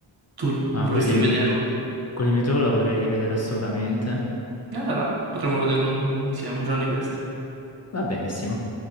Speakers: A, on the right; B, on the left.
A: tu
B: Ah,
A: vorresti
B: quello di
A: rivederlo.
B: Con il meteo la vorrei rivedere assolutamente.
A: Eh, Allora, potremmo vederlo insieme un giorno di questi.
B: Va benissimo.